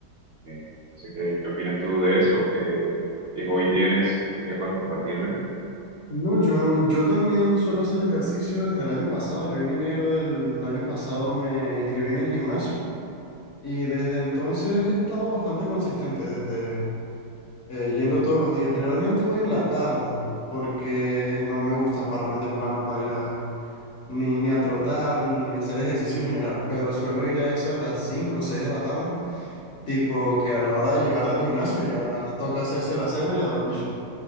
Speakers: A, on the right; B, on the left.
A: Eh, no sé qué, qué opinas tú de eso, qué, qué hobby tienes, así que puedas compartirme. <laughs>
B: No, yo, yo también suelo hacer ejercicio desde el año pasado. Yo en enero del año pasado me inscribí en el gimnasio y desde entonces he estado bastante consistente, desde eh, yendo todos los días. Generalmente voy en la tarde porque no me gusta pararme temprano para ir a ni, ni a trotar ni, ni hacer ejercicio en general, pero suelo ir a eso de las 5 o 6 de la tarde, tipo que a la hora de llegar del gimnasio ya toca hacerse la cena y a dormir.